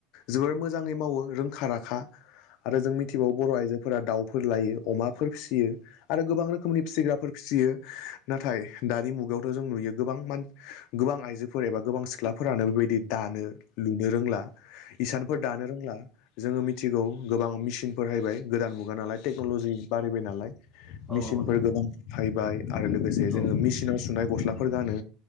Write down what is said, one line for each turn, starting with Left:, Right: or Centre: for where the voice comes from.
Left: जोबोर मोजाङै मावो रोंखा राखा आरो जों मिथिबावो बर' आइजोफोरा दाउफोर लायो अमाफोर फिसियो आरो गोबां रोखोम फिसिग्राफोर फिसियो नाथाय दानि मुगायावथ' जों नुयो गोबां मान गोबां आइजोफोर एबा गोबां सिख्लाफोरानो बेबायदि दानो लुनो रोंला इसानफोर दानो रोंला जोङो मिथिगौ गोबां मिसिनफोराहायबाय गोदान मुगा नालाय टेक्न'लजि बारायबाय नालाय मेसिनफोर
Centre: नंगौ नोंथां
Left: गोबां हाइबाय आरो लोगोसे
Centre: औ
Left: जोङो मिसिनाव सुनाय गस्लाफोर गानो